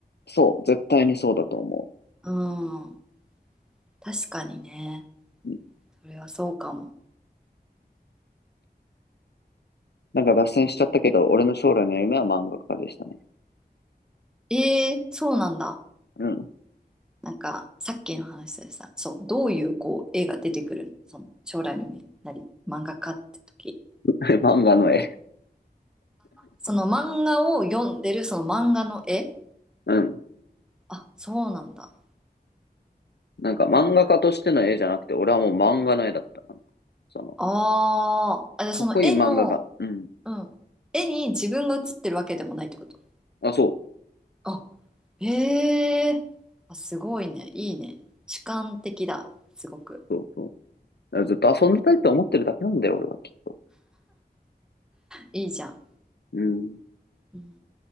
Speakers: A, on the left; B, in the centre.
A: そう、絶対にそうだと思
B: うん。確かにね。
A: う。うん
B: それはそうかも。
A: なんか脱線しちゃったけど、俺の将来の夢は漫画家でしたね。
B: ええそうなんだ。
A: うん。
B: なんか、さっきの話でさ、そう、どういうこう、絵が出てくるのその、将来の夢なり、漫画家って時。
A: <laughs> 漫画の絵。
B: その漫画を読んでる、その漫画の絵
A: うん。
B: あ、そうなんだ。
A: なんか漫画家としての絵じゃなくて、俺はもう漫画の絵だった。なんかその、
B: ああ、あ、じゃあその絵の、
A: かっこいい漫画が。うん。
B: うん。絵に自分が写ってるわけでもないってこと。
A: あ、そ
B: あ、へえ。あ、すごいね。いいね。主観的だ。すごく。
A: う。そうそう。だからずっと遊んでたいって思ってるだけなんだよ、俺はきっと。
B: いいじゃん。
A: うん。
B: うん、